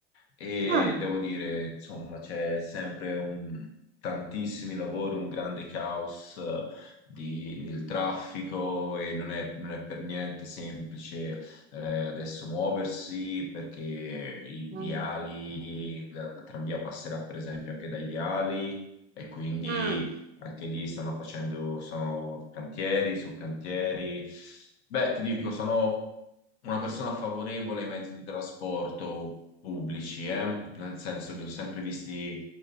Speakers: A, on the left; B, on the right.
A: e
B: Ah,
A: devo dire, insomma, c'è sempre un- tantissimi lavori, un grande caos eh, di- nel traffico e non è, non è per niente semplice eh, adesso muoversi perché i
B: mm,
A: viali, la, la tranvia passerà per esempio anche dai viali e quindi
B: mm,
A: anche lì stanno facendo sono cantieri su cantieri. Beh, ti dico, sono una persona favorevole ai mezzi di trasporto pubblici, eh, Nel senso li ho sempre visti